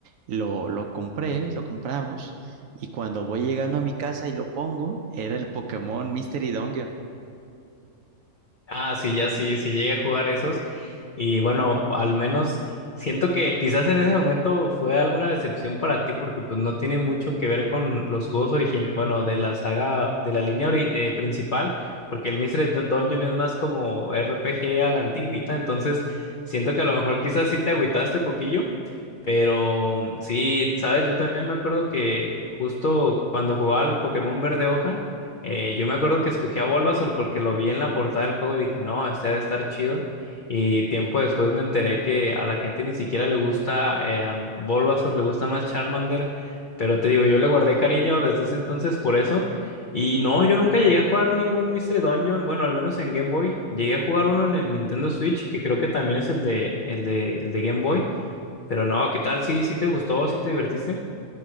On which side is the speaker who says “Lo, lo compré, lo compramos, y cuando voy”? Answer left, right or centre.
Right